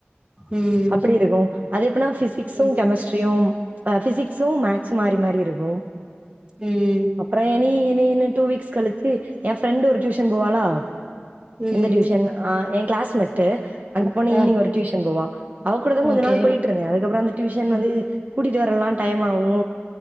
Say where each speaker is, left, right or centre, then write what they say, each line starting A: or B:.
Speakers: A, on the right; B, on the right.
A: ம்
B: அப்டி இருக்கு அது எப்புனா ஃபிசிக்சு
A: ம்
B: கெமிஸ்ட்ரியு அ ஃபிசிக்சு மேக்சு மாரி மாரி இருக்கு
A: ம்
B: அப்றோ எனி எனின டூ வீக்ஸ் கழிச்சு எ ஃப்ரெண்ட் ஒரு டியூஷன் போவாளா
A: ம்
B: எந்த டியூஷன் ஆ எ கிளாஸ் மெட்டு அந்த பொண்ணு ஈவினிங்
A: ஆ
B: ஒரு டியூஷன் போவா அவ கூடதா கொஞ்ச
A: ஓகே
B: நாள் போயிட் ருந்தே அதுக்கப்பறோ அந்த டியூஷன்
A: ம்
B: வந்து கூட்டிட்டு வரலா டைம் ஆவு